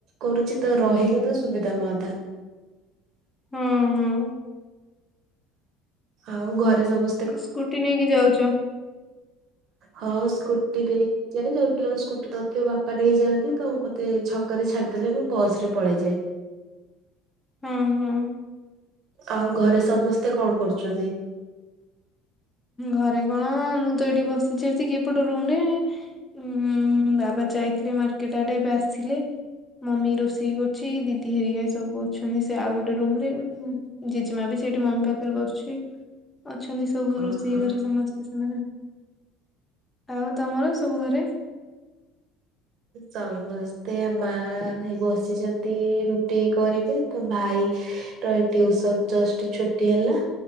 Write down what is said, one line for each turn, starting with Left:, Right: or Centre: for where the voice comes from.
Right: କରୁଛି ତ ରହିଲେ ତ ସୁବିଧା ହୁଅନ୍ତା।
Left: ହୁଁ ହୁଁ
Right: ଆଉ ଘରେ ସବୁ-
Left: ସ୍କୁଟି ନେଇକି ଯାଉଛ?
Right: ହଁ ସ୍କୁଟିରେ ହିଁ। <unintelligible> ସ୍କୁଟି ତ ଥିବ ବାପା ନେଇଯାଆନ୍ତି ତ ମୋତେ ଛକ ରେ ଛାଡିଦେଲେ ମୁଁ ବସରେ ପଳେଇଯାଏ।
Left: ହଁ ହୁଁ।
Right: ଆଉ ଘରେ ସମସ୍ତେ କଣ କରୁଛନ୍ତି?
Left: ଘରେ କଣ ମୁଁ ତ ଏଠି ବସିଛି ଆସିକି ଏ ପଟ ରୁମରେ। ଉଂ ବାବା ଯାଇଥିଲେ ମାର୍କେଟ ଆଡେ ଏବେ ଆସିଲେ। ମମି ରୋଷେଇ କରୁଛି ଦିଦି ହେରିକା ସବୁ ଅଛନ୍ତି ସେ ଆଉ ଗୋଟେ ରୁମରେ। ଜେଜେମା ବି ସେଇଠି ମମି ପାଖରେ ବସୁଛି ଅଛନ୍ତି ସବୁ
Right: ଓହୋ
Left: ରୋ ସମସ୍ତେ ସେମାନେ ଆଉ ତମର ସବୁ ଘରେ?
Right: ସମସ୍ତେ ମା ବସିଚନ୍ତି ରୁଟି କରିବେ ତ ଭାଇ ର ଏଇ ଟିୟୁସନ୍ ଜଷ୍ଟ ଛୁଟି ହେଲା।